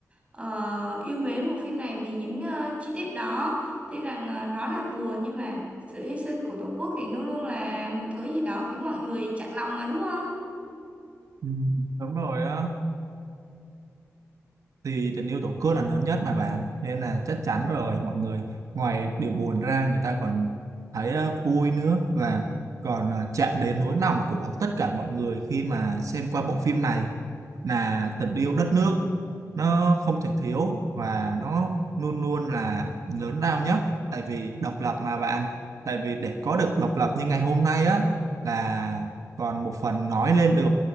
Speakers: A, on the right; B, on the right.
A: ờ, yêu mến bộ phim này vì những ờ, chi tiết đó. Tuy rằng ờ, nó là buồn nhưng mà sự hy sinh của Tổ quốc thì luôn luôn là một thứ gì đó khiến mọi người chạnh lòng mà đúng không?
B: Ừ, đúng rồi á. thì tình yêu tổ quốc là lớn nhất mà bạn nên là chắc chắn rồi mọi người ngoài điều buồn ra người ta còn thấy ờ, vui nữa và còn ờ, chạm đến nỗi lòng của tất cả mọi người khi mà xem qua bộ phim này là tình yêu đất nước nó không thể thiếu và nó luôn luôn là lớn lao nhất tại vì độc lập mà bạn tại vì để có được độc lập như ngày hôm nay á là còn một phần nói lên được